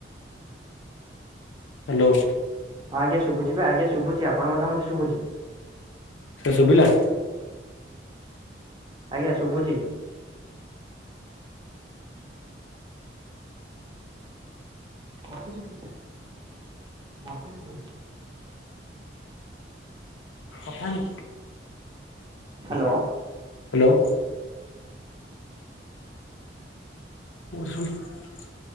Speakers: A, on the left (about 85°); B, on the right (about 25°).
A: ହ୍ୟାଲୋ।
B: ହଁ ଆଜ୍ଞା ଶୁଭୁଚି ପା ଆଜ୍ଞା ଶୁଭୁଚି ଆପଣଙ୍କ କଥା ମତେ ଶୁବୁଚି।
A: ସେ ଶୁଭିଲା।
B: ଆଜ୍ଞା ଶୁଭୁଛି। ମତେ ଶୁଭୁଛି ମତେ ଶୁଭୁଛିି ବି।
A: କଥା ହେମି।
B: ହାଲୋ।
A: ହାଲୋ। ମୋ କଥା ଶୁଭୁଚି?